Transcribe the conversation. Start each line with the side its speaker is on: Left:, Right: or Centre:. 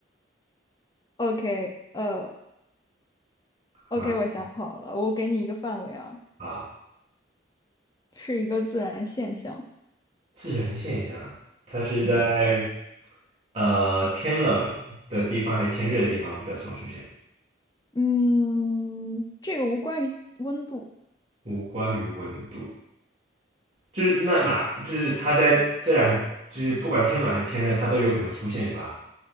Left: OK，呃，OK，
Right: 可以
Left: 我想好了，我给你一个范围啊，
Right: 啊。
Left: 是一个自然现象。
Right: 自然现象，它是在
Left: 嗯
Right: 呃天冷的地方还是天热的地方比较常出现，
Left: 嗯，这个无关于温度，
Right: 无关于温度。就是那哪，就是它在这两个，就是不管天冷还是天热，它都有可能出现，是吧？